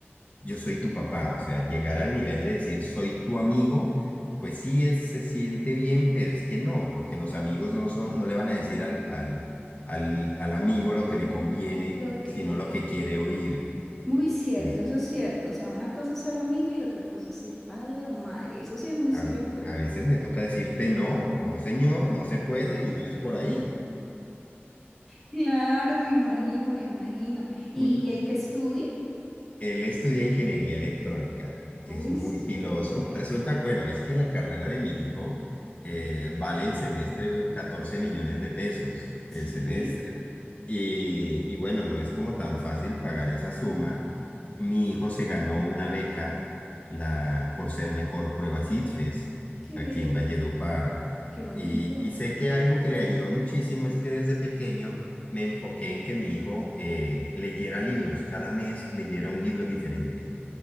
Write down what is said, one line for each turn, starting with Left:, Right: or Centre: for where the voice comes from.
Left: yo soy tu papá, o sea, llegar al nivel de decir soy tu amigo, pues sí es, se siente bien, pero es que no, porque los amigos no son, no le van a decir al, al, al, al amigo lo que le conviene,
Centre: lo que,
Left: sino
Centre: eh,
Left: lo que quiere oír.
Centre: muy cierto,
Left: Y
Centre: eso es cierto, o sea, una cosa es ser amigo y otra cosa es ser padre o madre, eso sí es muy
Left: a,
Centre: cierto.
Left: ve- a veces me toca decirte no, no señor, no se puede y no es por ahí.
Centre: Claro, me imagino, me imagino. ¿Y
Left: Un,
Centre: el que estudie?
Left: Él estudia ingeniería electrónica, es
Centre: Uy,
Left: muy
Centre: súper.
Left: piloso. Resulta, bueno, es que la carrera de mi hijo eh, vale el semestre 14 millones de pesos,
Centre: Sí,
Left: el semestre. Y, y bueno, no es como tan fácil pagar esa suma. Mi hijo se ganó una beca la, por ser mejor prueba CITFES
Centre: qué
Left: aquí
Centre: bello,
Left: en Valledupar.
Centre: qué bonito.
Left: Y, y sé que algo que le ayudó muchísimo es que desde pequeño me enfoqué en que mi hijo eh, leyera libros, cada mes leyera un libro diferente.